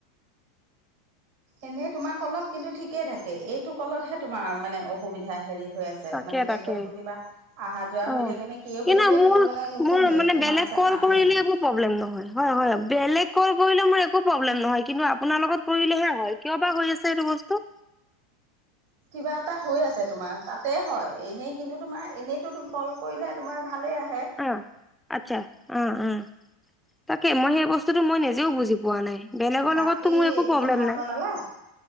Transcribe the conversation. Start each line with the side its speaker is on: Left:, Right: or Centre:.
Right: এনে তোমাৰ কলত কিন্তু ঠিকে থাকে। এইটো কলতহে তোমাৰ মানে অসুবিধা হেৰি হৈ আছে।
Centre: তাকে
Right: মানে নেটৱৰ্কটো
Centre: তাকে
Right: কিবা অহা যোৱা
Centre: অ
Right: হৈ থাকে নে কি হৈ থাকে,
Centre: মোৰ
Right: কিন্তু মানে নুশুনি।
Centre: মোৰ মানে
Right: একো
Centre: বেলেগ
Right: মাত চাত
Centre: কল
Right: নাহে
Centre: কৰিলে
Right: মানে।
Centre: একো প্ৰব্লেম নহয়। হয়, হয়। বেলেগ কল কৰিলে মোৰ একো প্ৰব্লেম নহয়। কিন্তু আপোনাৰ লগত কৰিলেহে হয়। কিয় বা হৈ আছে এইটো বস্তু?
Right: কিবা এটা হৈ আছে তোমাৰ। তাতে হয়, এনেই কিন্তু তোমাৰ এনেইতো তুমি কল কৰিলে তোমাৰ ভালেই আ
Centre: ও আচ্ছা, উ-উ। তাকে মই সেই বস্তুতো মই নিজেও বুজি পোৱা নাই। বেলেগৰ
Right: বাকী
Centre: লগতটো মোৰ একো
Right: তোমাৰ
Centre: প্ৰব্লেম
Right: ভাত
Centre: নাই।
Right: বনালা?